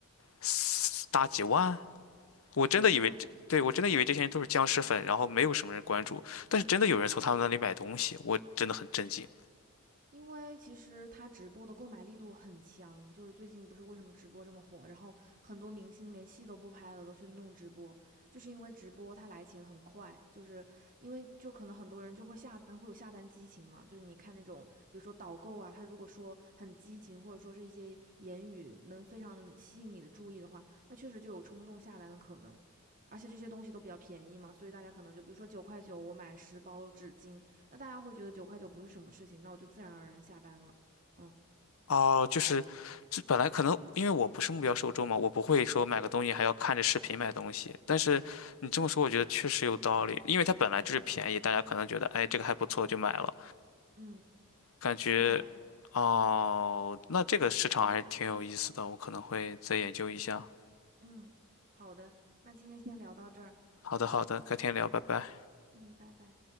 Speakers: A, on the left; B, on the right.
A: 四大几万。我真的以为这，
B: 是这样。
A: 对，我真的以为这些人都是僵尸粉，然后没有什么人关注，但是真的有人从他们那里买东西，我真的很震惊。
B: 因为其实他直播的购买力度很强，就是最近不是为什么直播这么火，然后很多明星连戏都不拍了，都去弄直播，就是因为直播他来钱很快，就是因为就可能很多人就会下单，会有下单激情嘛，就是你看那种比如说导购啊，他如果说很激情，或者说是一些言语能非常吸引你的注意的话，那确实就有冲动下单的可能。而且这些东西都比较便宜嘛，所以大家可能就比如说九块九，我买十包纸巾，那大家会觉得九块九不是什么事情，那我就自然而然下单了。嗯
A: 哦，就是，这本来可能因为我不是目标受众嘛，我不会说买个东西还要看着视频买东西。但是你这么说，我觉得确实有道理，因为它本来就是便宜，大家可能觉得，哎，这个还不错就买了，
B: 嗯，
A: 感觉，
B: 是这样。
A: 哦，那这个市场还是挺有意思的，我可能会再研究一下。
B: 嗯，好的，那今天先聊到这儿。
A: 好的，好的，改天聊，拜拜。
B: 嗯，拜拜。